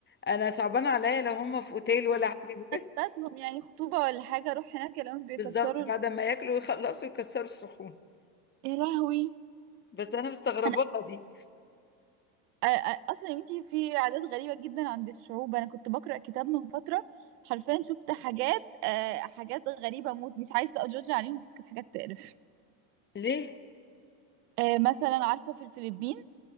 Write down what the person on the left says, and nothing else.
انا صعبان عليا لو هما في اوتيل ولا حاجه <laughs>
بالظبط بعد
ما ياكلوا ويخلصوا يكسروا الصحون
بس انا مستغرباها
دي
ليه